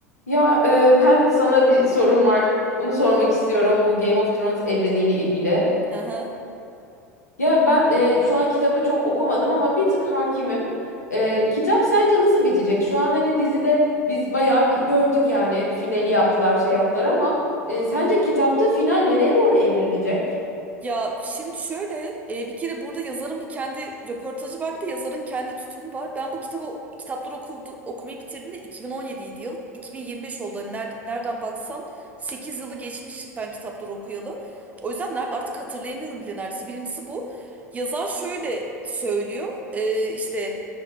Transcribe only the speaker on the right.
Aha.
Ya şimdi şöyle e, bir kere burada yazarın bir kendi röportajı var bir de yazarın kendi tutumu var. Ben bu kitabı kitapları okudu, okumayı bitirdiğimde 2017 yıl 2025 oldu. Hani nerede- nereden baksan 8 yılı geçmiş ben kitapları okuyalı. O yüzden ner- artık hatırlayamıyorum bile neredeyse. Birincisi bu. Yazar şöyle söylüyor e, işte